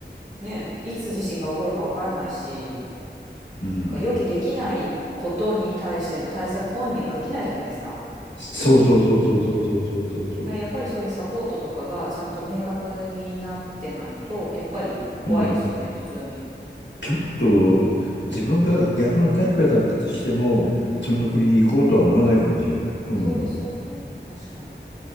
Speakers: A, on the right; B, on the left.
A: ね、いつ地震が起こるかわからないし、
B: うん。
A: なんか予期できないことに対しての対策本人はできないじゃないですか。
B: そうそうそうそうそうそうそうそうそう。
A: うん。だからやっぱりそういうサポートとかがちゃんと明確になってないと、やっぱり怖いですよね、
B: うん。
A: 普通に。
B: ちょっと自分が逆の立場だったとしても、
A: うんうん。
B: その国に行こうとは思わないかもしれない。うん。
A: そうですよね。確かに。